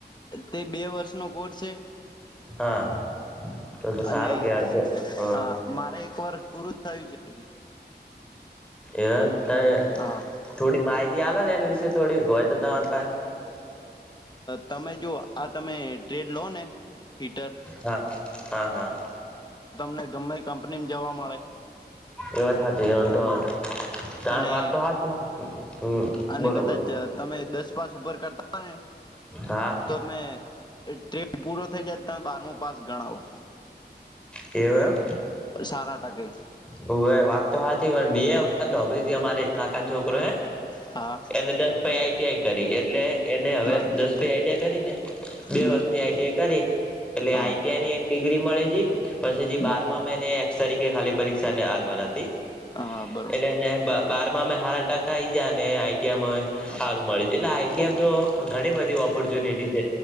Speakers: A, on the left; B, in the centre.
A: તે બે વર્ષ નો કોસ છે.
B: હા તો સારું
A: અને
B: કવાતોો હ
A: હા મારે એક વર્ષ પૂરું થયું છે. હજી
B: એવા ત
A: હા
B: થોડી માહિતી આ ને એની વિશે થોડી હોય તો તમારી પાસે
A: તમે જો આ તમે ટ્રેડ લો ને ફીટર
B: હા હા હા
A: તમને ગમે કંપનીમાં જવા મળે
B: એ વાત હા એ તો તાર
A: અને
B: વાદ તો હા છે હમ
A: અને
B: બોલો
A: કદાચ
B: બોલો
A: તમે દસ પાસ ઉપર કરતા હતા ને
B: હા
A: તો તમે ટ્રેડ પૂરો થઈ જાય તમે બારમું પાસ ગણાવો
B: એમ
A: સારા ટકે
B: હું હ વાત તો હાચ પણ મે એ વા અભરી અમારે એક કાકા છોકરો હે
A: હા
B: એને દસ પાઈ આઈટીઆઈ કરી એટલે એને હવે
A: બરાબર
B: દસ પ આઈટીઆઈ કરી ને બે
A: હમ
B: વર્ષની આઈટીઆઈ કરી એટલે
A: હા
B: આઈટીઆઈની ડિગ્રી મળે જ પછી
A: હમ
B: બાર માં મને એ તરીકે ખાલી પરીક્ષા હાલવા હતી
A: હા બરોબર
B: એટલે બારમાં હાર ટકા આઈ જયા ને આઈટીઆ સારું મળી જ એટલે આઈટીઆમ તો ઘણી બધી ઓપોર્ચ્યુનિટી છે